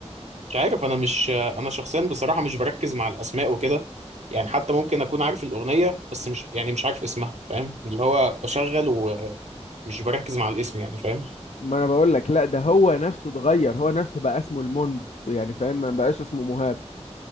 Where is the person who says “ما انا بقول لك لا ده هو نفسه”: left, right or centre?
Left